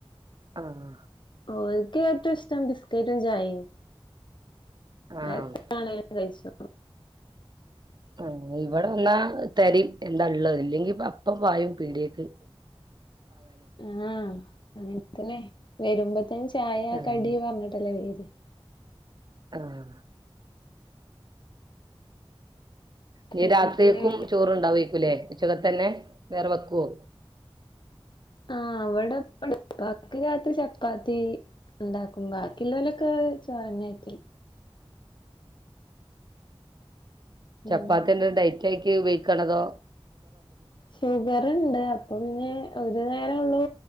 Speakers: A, on the right (about 45°); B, on the left (about 50°).
A: ആഹ്
B: ഓ എനിക്ക് ഏറ്റവും ഇഷ്ടം ബിസ്കറ്റും ചായയും
A: ആഹ്
B: അതാണേൽ കയിച്ചും <inaudible>
A: ആ ഇവിടെ വന്നാ തെരേം എന്താ ഉള്ളത് ഇല്ലെങ്കി അപ്പ പായും പീടേക്ക് <inaudible>
B: ആ അങ്ങത്തന്നെ വരുമ്പോത്തേനും ചായ
A: ആഹ്
B: കടിയ പറഞ്ഞിട്ടല്ലേ വെരു <inaudible>
A: ആ ഹാ നീ
B: പിന്നെ
A: രാത്രിയേക്കും ചോറണ്ടാവായിരിക്കൂലേ ഉച്ചക്കെ ത്തന്നെ വേറെ വെക്കുവോ
B: ആഹ അവവിടെയിപ്പപ്പാക്ക്‌ രാത്രി ചപ്പാത്തി ഉണ്ടാക്കും ബാക്കിയുള്ളലൊക്കെ ചോറന്നേ ആക്കി ഉം
A: ചപ്പാത്തിന്റെ ഡയറ്റാക്കി ഉപയോഗിക്കണതോ
B: ഷുഗറിണ്ട് അപ്പൊ പിന്നെ ഒരു നേര അങ്ങനേള്ളൂ